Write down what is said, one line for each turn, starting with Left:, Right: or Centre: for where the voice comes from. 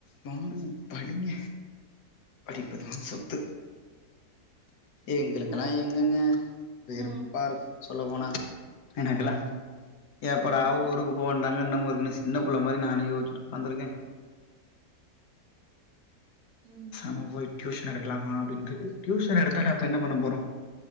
Left: பாருங்க படிங்க படிப்புதா சொத்து எங்களுக்கெல்லா
Right: நா
Left: எங்கெங்க வெறுப்பாருக்
Right: ம்
Left: சொல்ல போனா எனக்கெல்லா எப்படா
Right: ம்
Left: ஊருக்கு போவன் தாங்க இன்னுமு இருக்குனு சின்ன புள்ள மாரி நானே யோச்சுட்டு உக்காந்திருக்கே
Right: ம்
Left: சம் போய் டியூஷன் எடுக்கலாம அப்படின்னு அடுத்து டியூஷன் எடுத்த அப்ப என்ன பண்ண போறோம்